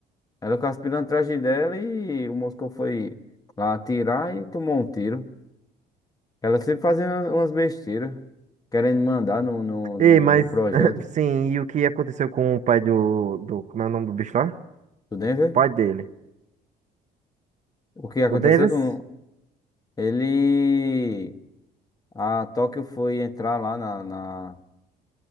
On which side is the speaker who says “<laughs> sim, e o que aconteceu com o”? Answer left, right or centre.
Right